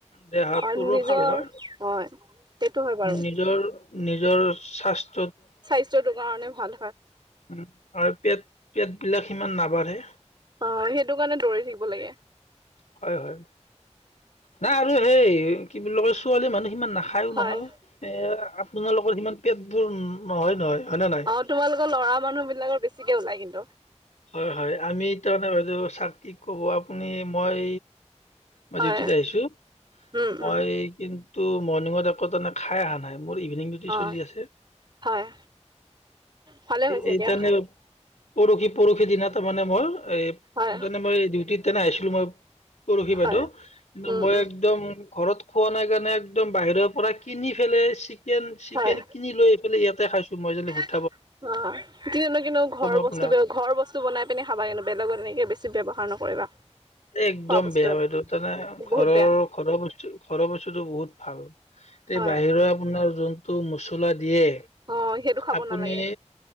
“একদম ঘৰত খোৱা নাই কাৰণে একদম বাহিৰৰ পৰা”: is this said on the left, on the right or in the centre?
Left